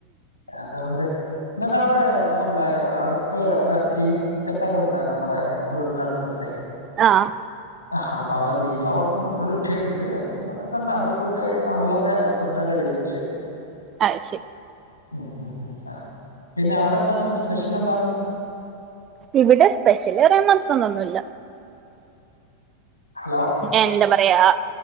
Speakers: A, on the left; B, on the right.
A: അതുകൊണ്ട് ഇന്നലെവിടെ അടുത്ത് ഒ കീക്കത്തറുണ്ട നമ്മുടെ വീടിന്റെ അടുത്തത്തെ
B: ആഹ്
A: ആ അപ്പൊ അവിടെ ബീഫ് അവിടെ ഒക്കെണ്ട് അന്ന് തന്നെ അതികൂട്ടി നല്ലൊരു ഫുഡൊക്കെ അടിച്ച്
B: ആ ശരി
A: ഉം ഉം ഉം ആ പിന്നെ അവിടെ എന്താണ് സ്പെഷ്യൽ എന്താ
B: ഇവിടെ സ്പെഷ്യൽ പറയാൻ മാത്രന്നൊന്നുല്ല
A: ഹലോ
B: എന്താ പറയാ